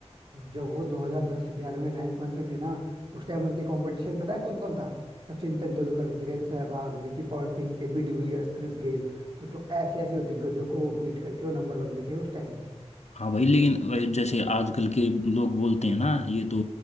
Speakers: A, on the right (about 45°); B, on the left (about 75°).
A: जब वो 2010-11 में रैंक वन पे थे ना उस टाइम उनके कंपटीशन पता है कौन कौन था Sachin Tendulkar Virender Sehwag Ricky Ponting एबी de Villiers Chris Gayle तो जो ऐसे ऐसे दिग्गजों को वो बीट करके वो नंबर वन पे थे उस टाइम
B: हाँ भाई लेकिन वै- जैसे आजकल के लोग बोलते हैं ना ये तो